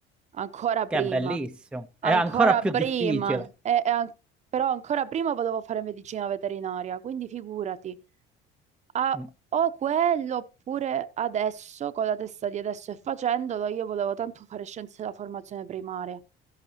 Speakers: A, on the right; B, in the centre.
A: ancora
B: che
A: prima.
B: è bellissimo, è
A: Ancora
B: ancora più
A: prima,
B: difficile.
A: e- e an- però ancora prima volevo fare medicina veterinaria, quindi figurati, Ah,
B: Mm,
A: o quello, oppure adesso, con la testa di adesso e facendolo, io volevo tanto fare scienze della formazione primaria.